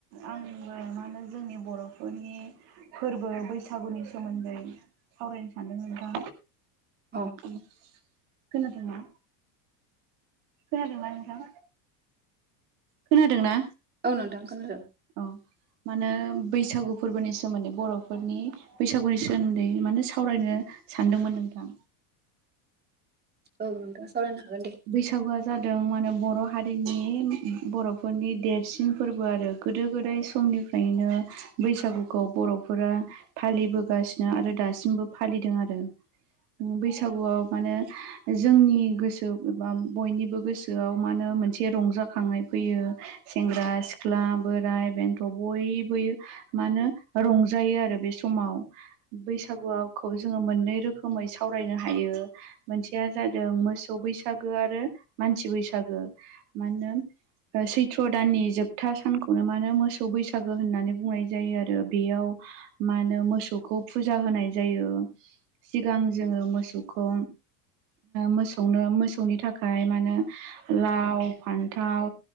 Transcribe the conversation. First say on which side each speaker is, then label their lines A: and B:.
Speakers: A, on the right (about 65°); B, on the right (about 20°).
A: आंबो मा होनो जोंनि बर'फोरनि फोरबो बैसागुनि सोमोन्दै सावरायनो सानदों नोंथां।
B: औ
A: <inaudible> खोनादोंना खोनादोंना नोंथां? खोनादोंना
B: औ नोंथां खोनादों
A: औ मानो बैसागु फोरबोनि सोमोन्दै बर'फोरनि बैसागुनि सोमोन्दै मानो सावरायनो सानदोंमोन नोंथां
B: औ नोंथां सावरायनो हागोन दे।
A: बैसागुआ जादों मानो बर' हारिनि बर'फोरनि देरसिन फोरबो आरो गोदो गोदाय समनिफ्रायनो बैसागुखौ बर'फोरा फालिबोगासिनो आरो दासिमबो फालिदों आरो। बैसागुआव मानो जोंनि गोसो एबा बयनिबो गोसोआव मा होनो मोनसे रंजाखांनाय फैयो। सेंग्रा सिख्ला बोराय बेन्थ' बयबोयो मा होनो रंजायो आरो बे समाव। बैसागुवावखौ जोङो मोननै रोखोमै सावरायनो हायो मोनसेया जादों मोसौ बैसागो आरो मानसि बैसागो मा होनो ओ सैथ्र' दाननि जोबथा सानखौनो मा होनो मोसौ बैसागो होननानै बुंनाय जायो आरो बेयाव मा होनो मोसौखौ फुजा होनाय जायो सिगां जोङो मोसौखौ मोसौनो मोसौनि थाखाय मा होनो लाव फान्थाव